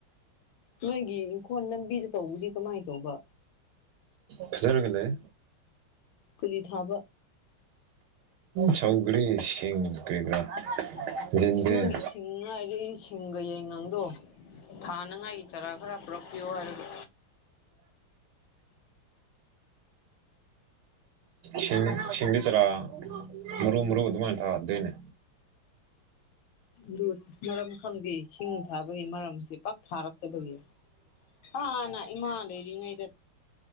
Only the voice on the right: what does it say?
ꯐꯖꯔꯒꯥ ꯂꯩ
ꯁꯧꯒ꯭ꯔꯤ ꯁꯤꯡ ꯀꯔꯤ ꯀꯔꯥ ꯌꯦꯟꯗꯦꯝ
<unintelligible> <inaudible> ꯁꯤꯡꯗꯤ ꯆꯔꯥ ꯃꯔꯨ ꯃꯔꯨ ꯑꯗꯨꯃꯥꯏꯅ ꯊꯥꯒꯗꯣꯏꯅꯦ